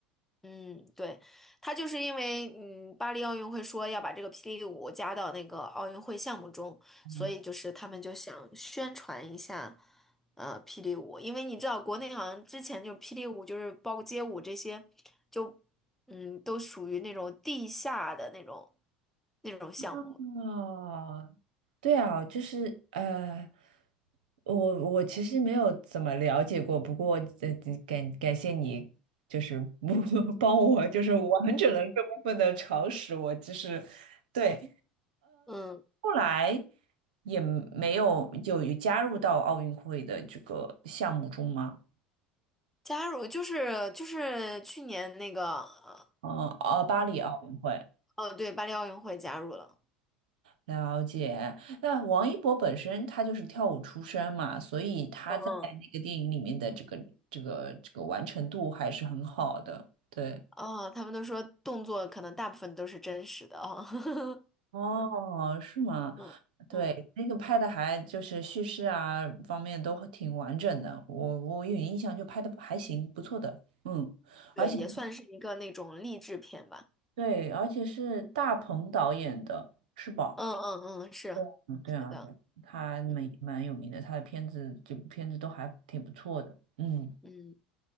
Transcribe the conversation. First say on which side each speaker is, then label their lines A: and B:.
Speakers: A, in the centre; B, on the right (about 65°).
A: 嗯，对，他就是因为嗯，巴黎奥运会说要把这个霹雳舞加到那个奥运会项目中，
B: 啊。
A: 所以就是他们就想宣传一下，呃，霹雳舞，因为你知道国内好像之前就霹雳舞就是包括街舞这些，就嗯都属于那种地下的那种那种项目嘛。
B: 哦，对啊，就是呃，我我其实没有怎么了解过，不过呃，感感谢你，就是不 <laughs> 帮我，就是完整了这部分的常识。我其实对，
A: 嗯，
B: 后来也没有有加入到奥运会的这个项目中吗？
A: 加入就是就是去年那个呃
B: 嗯，哦，巴黎奥运会。
A: 呃对巴黎奥运会加入了。
B: 了解。那王一博本身他就是跳舞出身嘛，所以他在那个电影里面的这个这个这个完成度还是很好的。
A: 嗯
B: 对，
A: 哦，他们都说动作可能大部分都是真实的哦。<laughs>
B: 哦，是吗？
A: 嗯嗯，
B: 对，那个拍的还就是叙事啊方面都挺完整的，我我有印象就拍的还行，不错的。嗯，
A: 对，
B: 而且
A: 也算是一个那种励志片吧。
B: 对，而且是大鹏导演的，是吧？
A: 嗯嗯嗯，是是的，
B: 对，嗯，对啊，对，他蛮蛮有名的，
A: 嗯
B: 他的片子这部片子都还挺不错的。嗯。
A: 嗯，